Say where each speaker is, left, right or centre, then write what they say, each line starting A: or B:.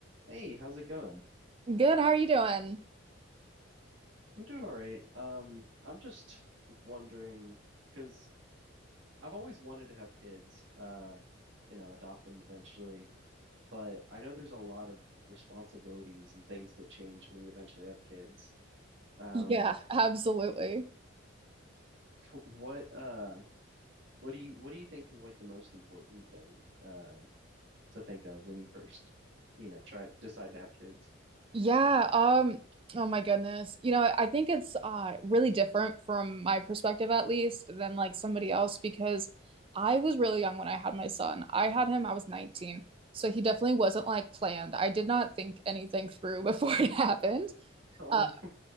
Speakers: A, on the right; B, on the right.
A: Hey, how's it going?
B: Good, how are you doing?
A: I'm doing all right. Um, I'm just wondering because I've always wanted to have kids, uh, you know, adopt them eventually, but I know there's a lot of responsibilities and things that change when you eventually have kids. Um,
B: Yeah, absolutely.
A: <laughs> what uh what do you what do you think is like the most important thing uh to think of when you first, you know, try decide to have kids?
B: Yeah, um, oh my goodness. You know, I think it's uh really different from my perspective at least than like somebody else because I was really young when I had my son. I had him, I was 19. So he definitely wasn't like planned. I did not think anything through <laughs> before it happened.
A: Um,
B: Uh,